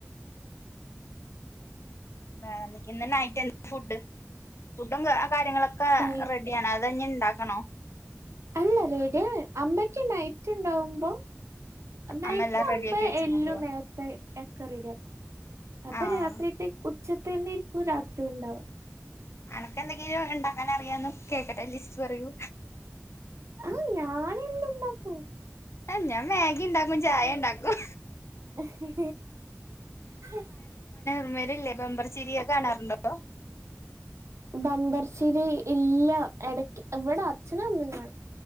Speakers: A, on the left; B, on the right.
A: വേറെന്തൊക്കെ ഇന്ന് നൈറ്റ്‌ എന്ത ഫുഡ് ഫുഡും കാര്യങ്ങളൊക്കെ
B: ലൈ
A: റെഡിയാണോ അതോ ഞിണ്ടാക്കണോ?
B: അല്ല റെഡിയാണ് അമ്മക്ക് നൈറ്റ് ഇണ്ടാവുമ്പോ നൈറ്റാവുമ്പോ
A: അമ്മ എല്ലാം റെഡിയാക്കി വെച്ച്
B: എല്ലും
A: പോവോ
B: നേരത്തെ എക്കെ റെഡിയാക്കും. അപ്പൊ
A: ആഹ്
B: രാത്രിത്തേക്ക് ഉച്ചെതന്നെയിരിക്കും ഇരിക്കും രാത്രി ണ്ടാവാ
A: അൻക്ക് എന്തെങ്കിലും ണ്ടാക്കാൻ അറിയോന്ന് കേക്കട്ടെ ലിസ്റ്റ് പറയൂ
B: ആഹ് ഞാൻ എല്ലാം ണ്ടാക്കും.
A: അ ഞാൻ മേഗി ണ്ടാക്കും ചായ ണ്ടാക്കും.
B: ഹ് ഹ്
A: വ്വരില്ലെ ബെമ്പർച്ചിരി അത് കാണാറുണ്ടോ?
B: ബമ്പർച്ചിരി ഇല്ല എടെക്ക് ഇവിടെ അച്ഛനും അമ്മീം കാണും